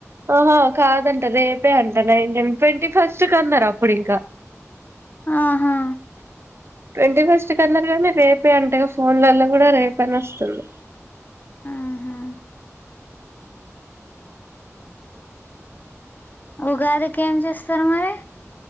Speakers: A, on the right; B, on the left.
A: ఆహా కాదంట రేపే అంట నైన్టీన్ ట్వంటీ ఫస్ట్ కన్నారు అప్పుడు ఇంక
B: ఆహా
A: ట్వంటీ ఫస్ట్ కన్నారు కానీ రేపే అంటగా ఫోన్లలో కూడా రేపు అనే వస్తుంది
B: ఆహా ఉగాదికి ఏం చేస్తారు మరి